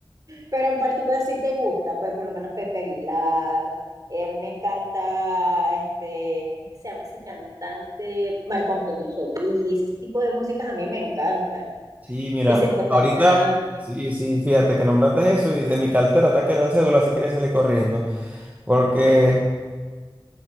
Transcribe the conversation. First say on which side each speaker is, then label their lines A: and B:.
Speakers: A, on the right; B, on the right.
A: pero en particular sí te gusta, pues por lo menos Pepe Aguilar. eh, a mí me encanta, este, ¿cómo que se llama ese cantante? Marco Antonio Solís, ese tipo de músicas a mí me encantan.
B: Sí, mira,
A: Vicente Fernández.
B: ahorita, sí, sí, fíjate que nombraste eso y de mi cartera está que la cédula se quiere salir corriendo, porque